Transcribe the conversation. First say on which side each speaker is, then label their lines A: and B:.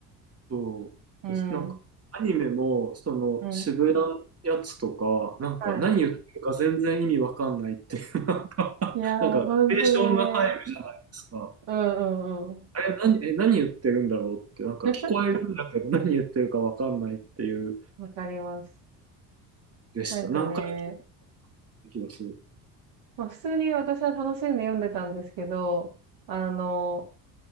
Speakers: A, on the right; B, on the right.
A: そうです。
B: うん。
A: なんか、アニメも、その、
B: うん。
A: 渋谷のやつとか、なんか、
B: は
A: 何言ってるか全然意味わかんないっていう、<laughs>
B: い。いやー、
A: なんか、
B: 本当に
A: ナレーションが入るじゃないですか。
B: ね。うんうんうん。
A: あれ、何、え、何言ってるんだろうって、なんか、
B: <laughs>
A: 聞こえるんだけど、何言ってるかわかんないっていう、
B: わかります。
A: でした。
B: なんかね、
A: 何回聞いた気がする。
B: まあ、普通に私は楽しんで読んでたんですけど、あの、